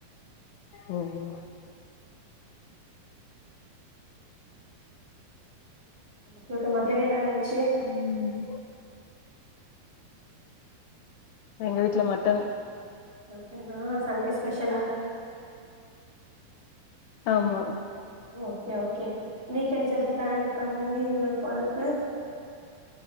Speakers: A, on the left; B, on the right.
A: ஒ ஒ
B: க்ஓகே மத்தியான என்னா லன்ச்சி
A: ம் எங்க வீட்ல மட்டன்
B: மட்டனா சண்டே ஸ்பெஷலா
A: ஆமா
B: ஓகே ஓகே வீக் எண்ஸ் எதும் ப்ளேன் இருக் க மூவி இந்மேரி போறதுக்கு